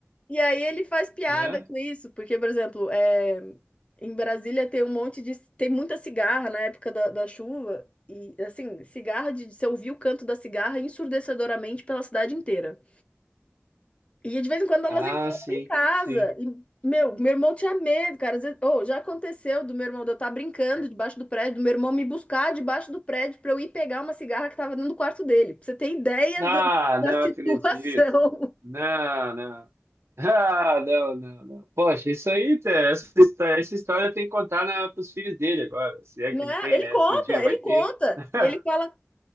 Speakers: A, on the left; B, on the right.
A: E aí ele faz piada
B: né?
A: com isso, porque, por exemplo, é, em Brasília tem um monte de. Tem muita cigarra na época da, da chuva. E assim, cigarra de. Você ouvir o canto da cigarra ensurdecedoramente pela cidade inteira. E de vez em quando elas
B: Ah,
A: entravam
B: sim,
A: em casa.
B: sim.
A: E, meu, meu irmão tinha medo, cara. Às vezes, oh, já aconteceu do meu irmão, de eu estar brincando debaixo do prédio, do meu irmão me buscar debaixo do prédio pra eu ir pegar uma cigarra que tava dentro do quarto dele. Pra você ter ideia
B: Ah,
A: do- da
B: não
A: situação.
B: acredito.
A: <laughs>
B: Não, não. Ah, não, não, não. Poxa, isso aí, tá essa história, essa história tem que contar para os filhos dele agora, se é
A: Né?
B: que ele tem,
A: Ele
B: né?
A: conta,
B: Se o dia vai
A: ele
B: ter.
A: conta.
B: <laughs>
A: E ele fala,